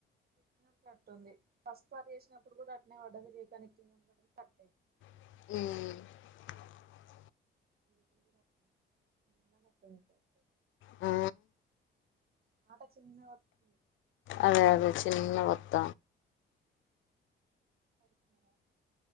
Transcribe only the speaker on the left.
ఉమ్
ఆ
అదే అదే చిన్నగా వత్త